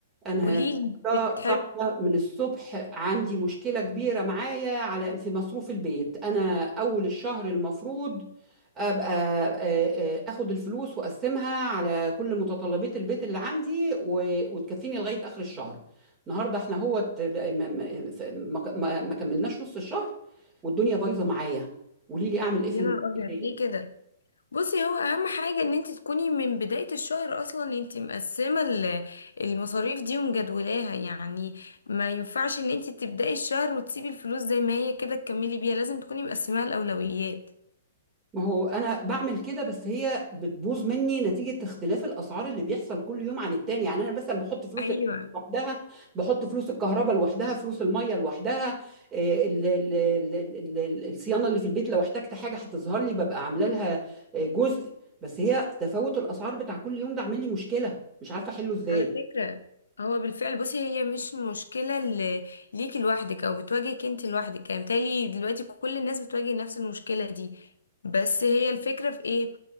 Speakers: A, on the right; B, on the left.
A: انا
B: قوليلي
A: النهاردة
B: بتحبي
A: صاحبه من الصبح عندي مشكله كبيره معايا على في مصروف البيت انا اول الشهر المفروض ابقى آه، آه، اخد الفلوس واقسمها على كل متطلبات البيت اللي عندي و- وتكفيني لغايه اخر الشهر النهارده احنا هو ما ما- ما ما كملناش نص الشهر والدنيا بايظه معايا قولي لي اعمل ايه في
B: اللون
A: المشكله
B: الابيض ليه كده بصي هو اهم حاجه ان انت تكوني من بدايه الشهر اصلا انت مقسمه ال- المصاريف دي ومجدولاها يعني ما ينفعش ان انت تبداي الشهر وتسيبي الفلوس زي ما هي كده تكملي بيها لازم تكوني مقسماها الاولويات
A: ما هو انا بعمل كده بس هي بتبوظ مني نتيجة اختلاف الاسعار اللي بيحصل كل يوم عن التاني يعني انا مثلا بحط فلوس
B: ايوه
A: ال- لوحدها بحط فلوس الكهرباء لوحدها فلوس المية لوحدها إيه، ال- ال- ال- ال- ال- الصيانة اللي في البيت لو احتجت حاجة هتظهر لي ببقى عاملة لها إيه، جزء بس هي تفاوت الاسعار بتاع كل يوم ده عامل لي مشكلة مش عارفة احله ازاي
B: على فكره هو بالفعل بصي هي مش مشكله ل- ليكي لوحدك او بتواجهك انت لوحدك يعني بالتالي دلوقتي كل الناس بتواجه نفس المشكله دي بس هي الفكرة في ايه